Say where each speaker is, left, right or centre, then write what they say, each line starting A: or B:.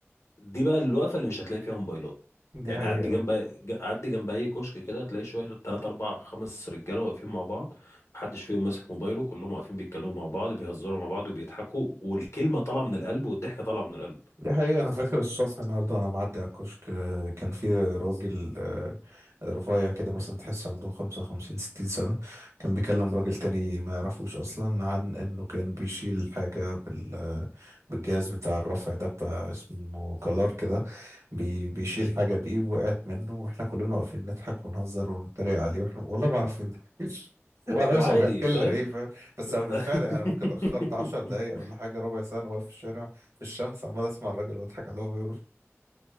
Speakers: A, on the left; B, on the right.
A: دي بقى الوقفة اللي مش هتلاقي فيها موبايلات
B: دي
A: يعني
B: حقيقة
A: عدي جنب ج- عدي جنب أي كشك كده هتلاقي شوية تلات أربع خمس رجالة واقفين مع بعض محدش فيهم ماسك موبايله كلهم واقفين بيتكلموا مع بعض بيهزروا مع بعض وبيضحكوا والكلمة طالعة من القلب والضحكة طالعة من القلب
B: دي حقيقة أنا فاكر الصبح النهاردة وأنا معدي على الكشك آه، كان في راجل آه، رفيع كده مثلا تحس عنده 55 60 سنة كان بيكلم راجل تاني ما يعرفوش أصلا عن إنه كان بيشيل حاجة بال بالجهاز بتاع الرفع ده بتاع اسمه كلار كده بي بيشيل حاجة بيه وقعت منه وإحنا كلنا واقفين نضحك ونهزر ونتريق عليه وإحنا والله ما عارفين ده <laughs>
A: و-
B: ولا
A: وعادي
B: عارف هو بيحكي
A: فاهم
B: لنا إيه فاهم بس
A: <laughs>
B: أنا بالفعل يعني ممكن اتأخرت 10 دقايق ولا حاجة ربع ساعة أنا واقف في الشارع في الشمس عمال أسمع الراجل وأضحك عليه وهو بيقول-